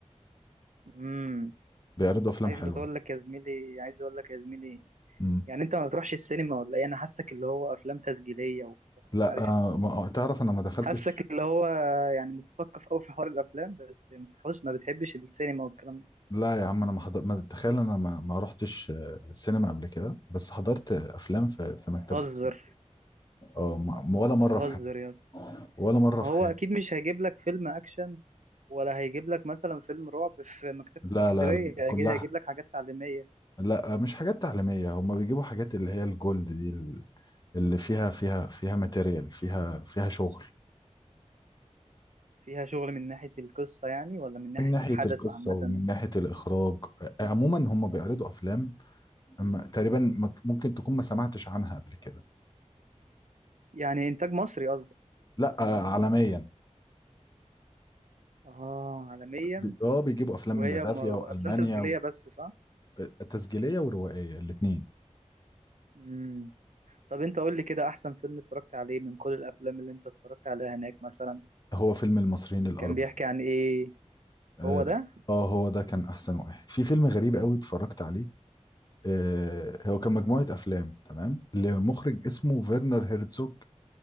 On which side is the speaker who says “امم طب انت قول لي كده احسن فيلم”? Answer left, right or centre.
Right